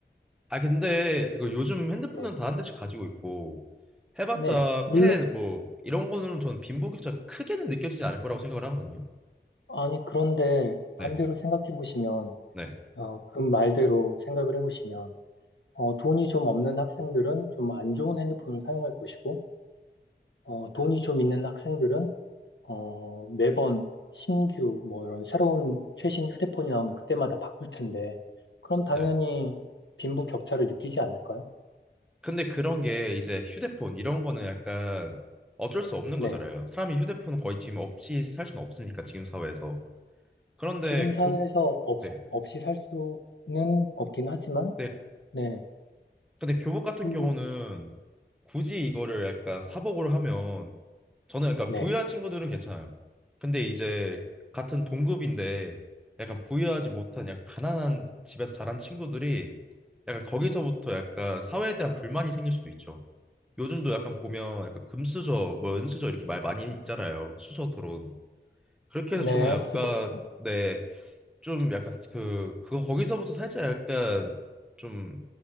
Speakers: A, in the centre; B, on the left.
A: 아 근데 이거 요즘 핸드폰은
B: 네,
A: 다 한 대씩 가지고 있고 해봤자
B: 네. 물론
A: 펜 뭐 이런 거는 저는 빈부격차 크게는 느껴지지 않을 거라고 생각을 하거든요.
B: 아니 그런데
A: 네.
B: 반대로 생각해 보시면
A: 네.
B: 어, 그 말대로 생각을 해보시면 어, 돈이 좀 없는 학생들은 좀 안 좋은 핸드폰을 사용할 것이고 어, 돈이 좀 있는 학생들은 어, 매번 신규 뭐 이런 새로운 최신 휴대폰이 나오면 그때마다 바꿀 텐데 그럼 당연히
A: 네.
B: 빈부 격차를 느끼지 않을까요?
A: 근데 그런 게 이제 휴대폰 이런 거는 약간 어쩔 수 없는
B: 네.
A: 거잖아요. 사람이 휴대폰 거의 지금 없이 살 수는 없으니까 지금 사회에서. 그런데
B: 지금 사회에서
A: 교
B: 없,
A: 네.
B: 없이 살 수는 없긴 하지만
A: 네.
B: 네.
A: 근데 교복 같은
B: 그
A: 경우는 굳이 이거를 약간 사복으로 하면 저는 그러니까
B: 네.
A: 부유한 친구들은 괜찮아요. 근데 이제 같은 동급인데 약간 부유하지 못한 약간 가난한 집에서 자란 친구들이 약간 거기서부터 약간 사회에 대한 불만이 생길 수도 있죠. 요즘도 약간 보면 약간 금수저, 뭐 은수저 이렇게 말 많이 있잖아요. 수저 토론. 그렇게
B: 네,
A: 해서 저는 약간
B: 수저 토론.
A: 네, 좀 약간 그 그거 거기서부터 살짝 약간 좀